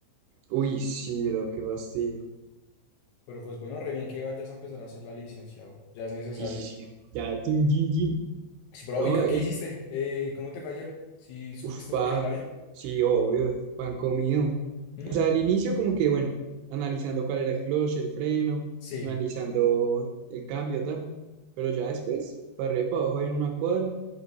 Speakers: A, on the right; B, on the left.
A: Uy, sí, bro, qué fastidio.
B: Pero pues bueno, re bien que vayas a empezar a hacer la licencia, bro, ya es necesario.
A: Sí, sí, sí. Ya, tin, tin, tin.
B: Sí, bro,
A: No,
B: ¿y qué
A: el,
B: qué hiciste? Eh, ¿cómo te fue ayer? si supiste
A: uf, va,
B: manejarla bien?
A: sí, obvio, pan comido.
B: Mm,
A: O sea, al inicio como que, bueno, analizando cuál era el clutch, el freno,
B: Sí.
A: analizando el cambio, tal. Pero ya después, para arriba y para abajo en una cuadra,